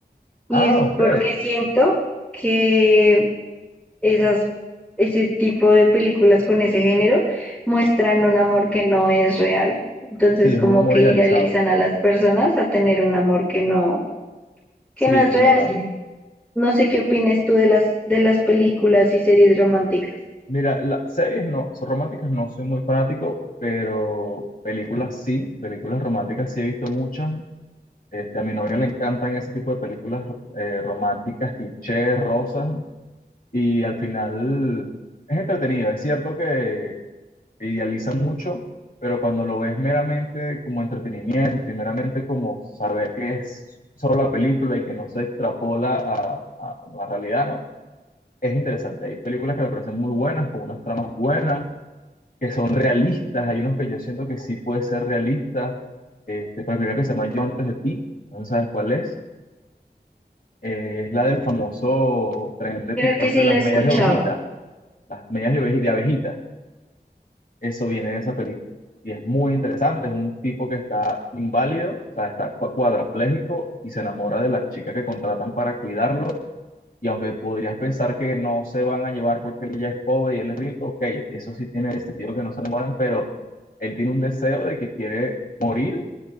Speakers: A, in the centre; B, on the left (about 55°).
A: Y
B: Ah,
A: es
B: ok.
A: porque siento que esas, ese tipo de películas con ese género muestran un amor que no es real. Entonces
B: Sí, es
A: como
B: un amor
A: que
B: idealizado.
A: idealizan a las personas a tener un amor que no,
B: Sí,
A: que no es
B: es
A: real.
B: verdad.
A: No sé qué opines tú de las, de las películas y series románticas.
B: Mira, las series no, son románticas no soy muy fanático, pero películas sí, películas románticas sí he visto muchas. Este, a mi novio le encantan ese tipo de películas eh, románticas, clichés, rosas, y al final es entretenido. Es cierto que idealizan mucho, pero cuando lo ves meramente como entretenimiento y meramente como saber que es solo la película y que no se extrapola a, a la realidad, ¿no? Es interesante. Hay películas que me parecen muy buenas, con unas tramas buenas que son realistas, hay unos que yo siento que sí puede ser realista, este, por ejemplo, hay una que se llama Yo antes de ti, no sabes cuál es, Eh, es la del famoso tren de
A: Creo
B: TikTok
A: que sí
B: de
A: la
B: las
A: he escuchado.
B: medias de ovejita, las medias de, oveji- de abejita, eso viene de esa película. Y es muy interesante, es un tipo que está inválido, o sea, está cua- cuadraplégico y se enamora de la chica que contratan para cuidarlo Y aunque podrías pensar que no se van a llevar porque él ya es pobre y él es rico, ok, eso sí tiene sentido que no se enamoren, pero él tiene un deseo de que quiere morir